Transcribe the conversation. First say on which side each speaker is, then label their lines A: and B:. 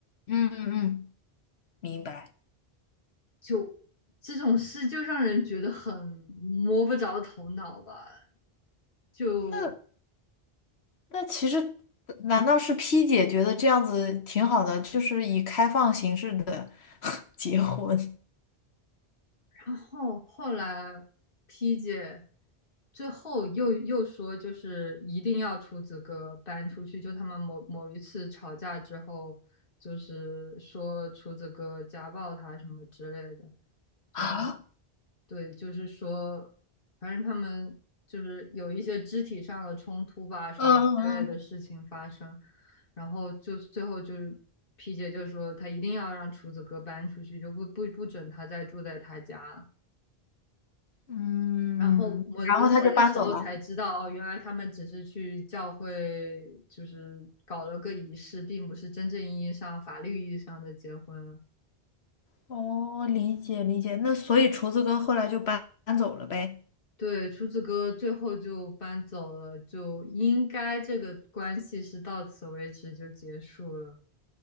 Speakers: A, on the left (about 75°); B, on the left (about 55°).
A: 嗯嗯嗯，明白。
B: 就这种事就让人觉得很摸不着头脑吧。就
A: 那那其实难道是 P 姐觉得这样子挺好的，就是以开放形式的 <laughs> 结婚，
B: 然后后来 P 姐最后又又说，就是一定要厨子哥搬出去。就他们某某一次吵架之后，就是说厨子哥家暴她什么之类的。就是
A: <laughs> 啊，
B: 对，就是说，反正他们就是有一些肢体上的冲突吧，什么之类的事情发生，
A: 嗯嗯
B: 然后就是最后就是皮姐就说她一定要让厨子哥搬出去，就不不不准他再住在他家了。
A: 嗯，
B: 然后我我是那个时候才知道，
A: 嗯，然后他就搬走了。
B: 哦，原来他们只是去教会，就是搞了个仪式，并不是真正意义上法律意义上的结婚。
A: 哦，理解理解。那所以厨子哥后来就搬搬走了呗？
B: 对，厨子哥最后就搬走了，就应该这个关系是到此为止就结束了。